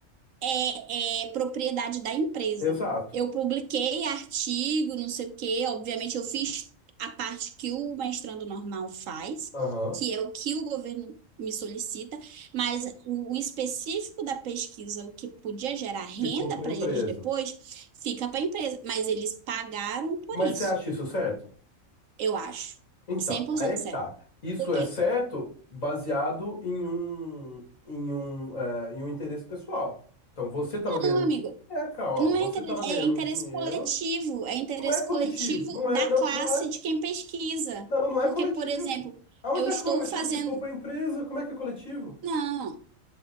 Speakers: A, on the right; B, on the left.
A: é, é propriedade da empresa.
B: Exato.
A: Eu publiquei artigo, não sei o quê, obviamente eu fiz a parte que o mestrando normal faz,
B: Aham.
A: que é o que o governo me solicita, mas o, o específico da pesquisa, o que podia gerar renda
B: Ficou para
A: para
B: a empresa.
A: eles depois, fica para a empresa. Mas eles pagaram por
B: Mas
A: isso,
B: você acha isso certo?
A: eu acho.
B: Então,
A: cem por
B: aí
A: cento
B: é que
A: certo.
B: tá. Isso
A: Porque,
B: é certo baseado em um, em um, é, em um interesse pessoal. Então, você estava ganhando
A: não, amigo,
B: dinheiro. É, cara, ó,
A: Não
B: você
A: é interesse,
B: estava ganhando
A: é interesse
B: um dinheiro.
A: coletivo, é interesse
B: Não é coletivo,
A: coletivo
B: não
A: da
B: é, não,
A: classe
B: não é,
A: de quem pesquisa.
B: não, não é
A: Porque,
B: coletivo.
A: por exemplo,
B: Aonde
A: eu estou
B: é que coletivo?
A: fazendo.
B: Ficou para a empresa? Como é que é coletivo?
A: Não,